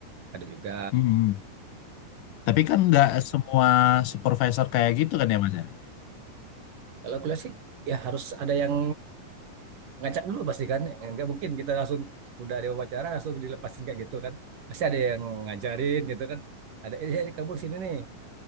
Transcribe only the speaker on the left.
Mm-mm. Tapi kan nggak semua supervisor kayak gitu kan ya Mas ya?